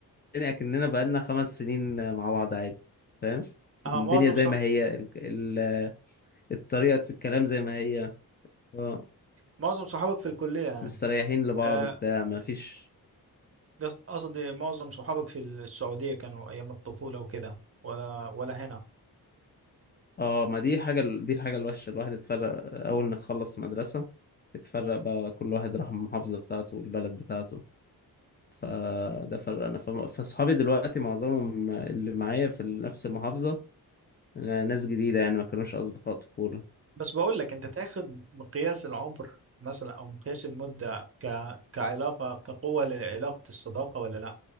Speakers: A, on the left; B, on the right.
A: أكننا بقالنا خمس سنين مع بعض عادي فاهم
B: اه
A: الدنيا
B: معظم
A: زي
B: صح...
A: ما هي ال... ال... الطريقة الكلام زي ما هي اه
B: معظم صحابك في الكلية يعني
A: مستريحين لبعض
B: آه
A: بتاع ما فيش
B: قص- قصدي معظم صحابك في السعودية كانوا ايام الطفولة وكده ولا ولا هنا
A: اه ما دي حاجة دي الحاجة الوحشة الواحد اتفرق أول ما تخلص مدرسة اتفرق بقى كل واحد راح المحافظة بتاعته والبلد بتاعته فده فرقنا ف- فصحابي دلوقتي معظمهم اللي معايا في نفس المحافظة ناس جديدة يعني ما كانوش أصدقاء طفولة
B: بس بقول لك انت تاخد مقياس العمر مثلا او مقياس المدة ك... كعلاقة كقوة لعلاقة الصداقة ولا لا